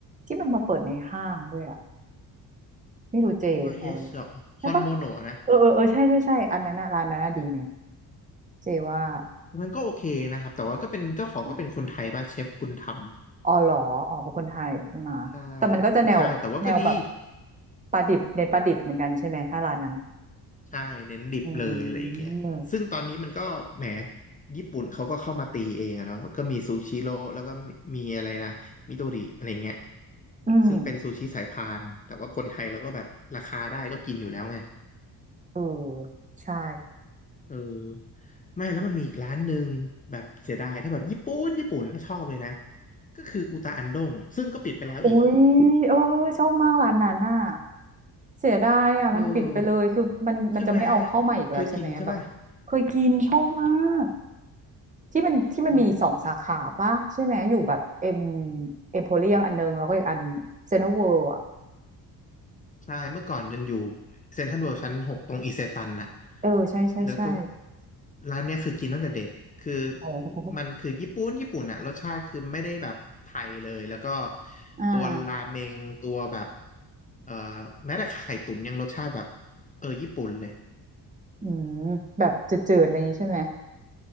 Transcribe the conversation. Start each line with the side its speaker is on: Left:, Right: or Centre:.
Right: ที่มันมาเปิดในห้างด้วยอะไม่รู้เจพอรู้ปะใช่ปะ
Left: ตัว H เหรอคอนโมโนนะ
Right: เออเออเออใช่ใช่ใช่อันนั้นอะร้านนั้นอะดีไหมเจว่า
Left: มันก็โอเคนะครับแต่ว่าก็เป็นเจ้าของก็เป็นคนไทยป่ะเชฟบุญธรรม
Right: อ่าอ๋อเหรออ๋อเป็นคนไทยใช่ไหมะแต่มันก็จะแนวแนวแบบ
Left: ใช่ใช่แต่ว่าก็ดี
Right: ปลาดิบเน้นปลาดิบเหมือนกันใช่ไหมถ้าร้านนั้น
Left: ใช่เน้นดิบเลยอะไรอย่างเงี้ยซึ่งตอนนี้มันก็แหม
Right: อืม
Left: ญี่ปุ่นเขาก็เข้ามาตีเองอะเนาะก็มีซูชิโร่แล้วก็มีอะไรนะมิโดริอะไรเงี้ย
Right: อืม
Left: ซึ่งเป็นซูชิสายพานแต่ว่าคนไทยเราก็แบบราคาได้ก็กินอยู่แล้วไง
Right: เออใช่
Left: เออไม่แล้วมันมีอีกร้านหนึ่งแบบเสียดายถ้าแบบญี่ปุ่นญี่ปุ่นแล้วชอบเลยนะก็คืออุตาอันดงซึ่งก็ปิดไปแล้วอีก
Right: โอ้ยเออชอบมากร้านนั้นน่ะเสียดายอ่ะมันปิดไปเลยคือมันมันจะไม่เอาเข้ามาอีกแล้วใช่ไหมแบบเคยกินชอบมาก
Left: เออใช่ไหมเคยกินใช่ป่ะ
Right: ที่มันที่มันมีสองสาขาป่ะใช่ไหมอยู่แบบเอ็ม
Left: เออ
Right: เอ็มโพเรียมอันนึงแล้วก็อีกอันเซ็นทรัลเวิลด์อ่ะ
Left: ใช่เมื่อก่อนยันอยู่เซ็นทรัลเวิลด์ชั้นหกตรงอิเซตันน่ะ
Right: เออใช่ใช่ใช่
Left: แล้วก็ร้านเนี้ยคือกินตั้งแต่เด็กคือ
Right: อ๋อ
Left: มันคือญี่ปุ่นญี่ปุ่นอะรสชาติคือไม่ได้แบบไทยเลย แล้วก็
Right: อ่า
Left: ตัวราเมงตัวแบบเอ่อแม้แต่ไข่ตุ๋นยังรสชาติแบบเออญี่ปุ่นเลย
Right: อืมแบบจืดๆอะไรอย่างนี้ใช่ไหม